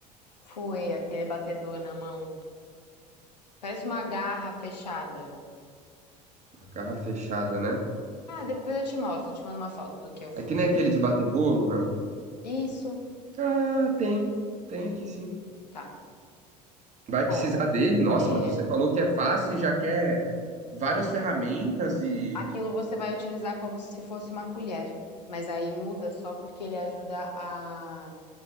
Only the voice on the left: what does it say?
Fouet, aquele batedor na mão. Parece uma garra fechada.
Ah, depois eu te mostro, eu te mando uma foto do que eu fui.
Isso,
tá.
Bom,
é,
aquilo você vai utilizar como se fosse uma colher, mas aí muda só porque ele ajuda a